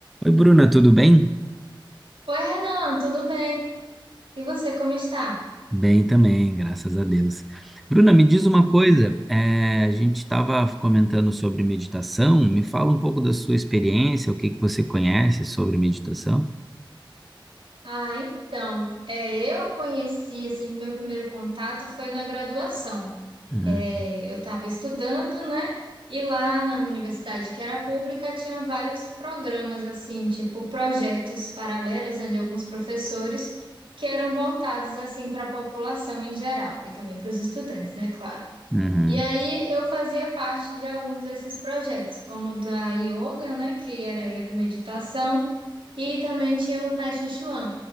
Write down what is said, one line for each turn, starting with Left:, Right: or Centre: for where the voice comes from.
Centre: Oi, Bruna, tudo bem?
Right: Oi, Renan, tudo bem? E você, como está?
Centre: Bem também, graças a Deus. Bruna, me diz
Right: Que
Centre: uma
Right: bom.
Centre: coisa, eh, a gente estava comentando sobre meditação, me fala um pouco da sua experiência, o que que você conhece sobre meditação?
Right: Ah, então, é, eu conheci, assim, meu primeiro contato foi na graduação.
Centre: Uhum.
Right: É, eu estava estudando, né? E lá na minha universidade, que era pública, tinha vários programas, assim, tipo projetos paralelos, né, de alguns professores, que eram voltados, assim, para a população em geral, e também para os estudantes, né, claro.
Centre: Uhum.
Right: E aí eu fazia parte de alguns desses projetos, como o da yoga, né, que era yoga e meditação, e também tinha o Tai Chi Chuan.